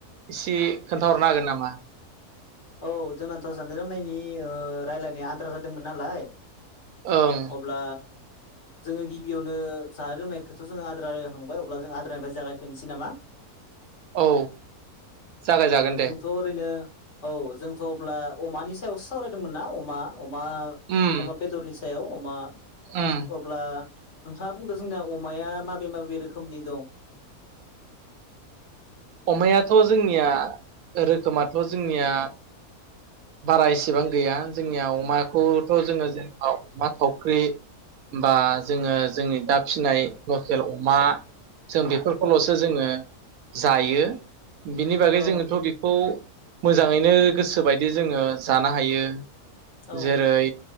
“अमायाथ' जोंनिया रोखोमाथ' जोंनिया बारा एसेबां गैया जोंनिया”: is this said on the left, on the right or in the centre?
Right